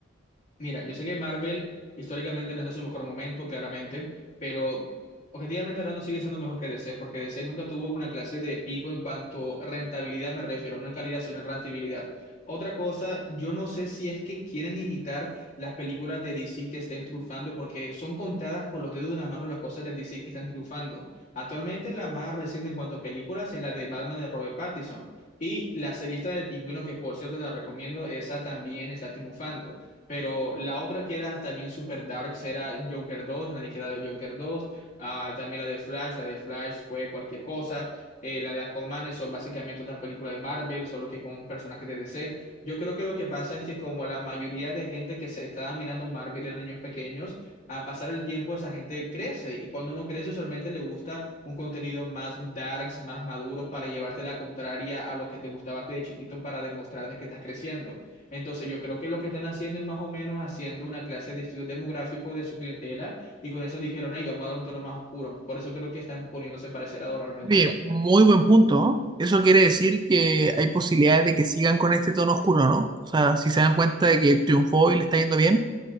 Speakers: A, on the left; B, on the right.
A: Mira, yo sé que Marvel históricamente no está en su mejor momento, claramente, pero objetivamente hablando sigue siendo mejor que DC, porque DC nunca tuvo una clase de pico en cuanto a rentabilidad, me refiero, no en calidad, sino en rentabilidad. Otra cosa, yo no sé si es que quieren imitar las películas de DC que estén triunfando, porque son contadas con los dedos de una mano las cosas de DC que están triunfando. Actualmente la más reciente en cuanto a películas es la de Batman de Robert Pattinson. Y la serie esta del pingüino, que por cierto te la recomiendo, esa también está triunfando. Pero la otra que era también super darks era Joker 2, nadie queda de Joker 2. Ah, también la de Flash, la de Flash fue cualquier cosa. Eh, la de Aquaman, eso es básicamente otra película de Marvel, solo que con personajes de DC. Yo creo que lo que pasa es que como la mayoría de gente que se estaba mirando Marvel eran niños pequeños, al pasar el tiempo esa gente crece y cuando uno crece solamente le gusta un contenido más darks, más maduro para llevarte la contraria a lo que te gustaba a ti de chiquito para demostrarte que estás creciendo. Entonces, yo creo que lo que están haciendo es más o menos haciendo una clase de estudio demográfico de su clientela y con eso dijeron, hey, vamos a dar un tono más oscuro. Por eso creo que están poniéndose para ese lado realmente.
B: Oye, muy buen punto, ¿no? Eso quiere decir que hay posibilidades de que sigan con este tono oscuro, ¿no? O sea, si se dan cuenta de que triunfó y le está yendo bien,